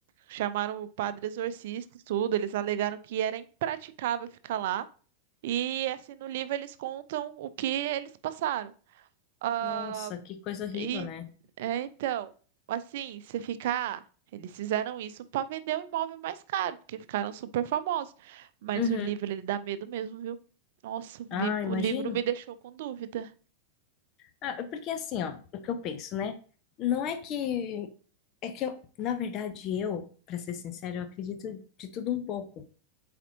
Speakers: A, on the right; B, on the left.
A: chamaram o padre exorcista e tudo. Eles alegaram que era impraticável ficar lá. E assim, no livro eles contam o que eles passaram. Ah,
B: Nossa, que coisa horrível,
A: E
B: né?
A: é, então, assim, você fica, ah, eles fizeram isso para vender o imóvel mais caro, porque ficaram super famosos. Mas
B: Uhum.
A: o livro, ele dá medo mesmo, viu? Nossa, o
B: Ah,
A: li-
B: imagino.
A: o livro me deixou com dúvida.
B: Ah, porque assim, ó, o que eu penso, né? Não é que. É que eu, na verdade, eu, pra ser sincero, eu acredito de tudo um pouco.